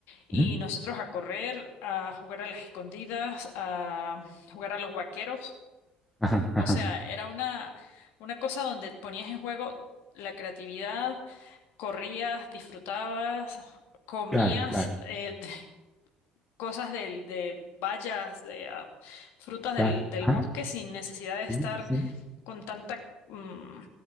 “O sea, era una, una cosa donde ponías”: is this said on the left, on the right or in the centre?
Left